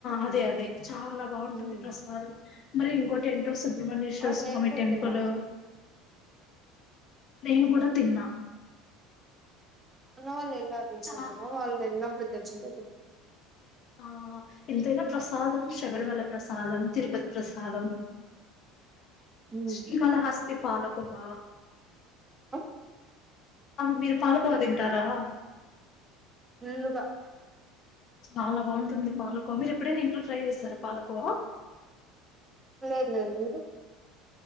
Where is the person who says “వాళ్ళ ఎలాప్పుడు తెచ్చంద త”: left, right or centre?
Right